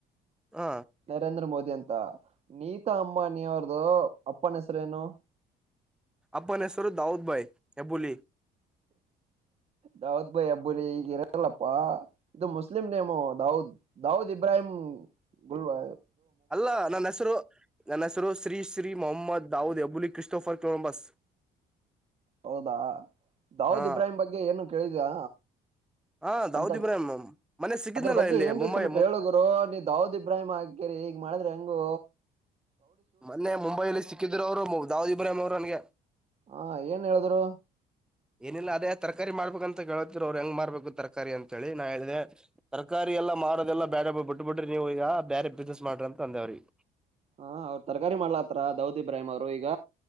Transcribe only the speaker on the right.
ನರೇಂದ್ರ ಮೋದ್ ಅಂತ ನೀತಾ ಅಂಬಾನಿ ಅವ್ರದು ಅಪ್ಪನ ಹೆಸರೇನು
ದಾವದ್ ಭಾಯಿ ಅಬ್ಬುಲಿಗ ಇರಲ್ಲಪ್ಪಾ ಇದು ಮುಸ್ಲಿಂ ನೇಮು ದದ್ ದಾವುದ್ ಇಬ್ರಾಹಿಂ ಗುಲ್ವಾ
ಹೌದಾ ದಾವೂದ್
ಇಬ್ರಾಹಿಂ ಬಗ್ಗೆ ಏನು ಕೇಳಿದ್ಯಾ
ಅಂತದ್
ಅದ್ರ ಬಗ್ಗೆ
ಏನ್ರಿ
ಸ್ವಲ್ಪ ಹೇಳು ಗುರು ನೀ ದಾವುದ್ ಇಬ್ರಾಹಿಂ ಅಂತೇಳ ಈಗ ಮಾಡಿದ್ರಿ ಹೆಂಗೋ.
ಹಾ ಏನ್ ಹೇಳಿದ್ರು.
ಹಾ ಅವ್ರ ತರಕಾರಿ ಮಾಡ್ಲತ್ರ ದಾವೂದ್ ಇಬ್ರಾಹಿಂ ಅವರು ಈಗ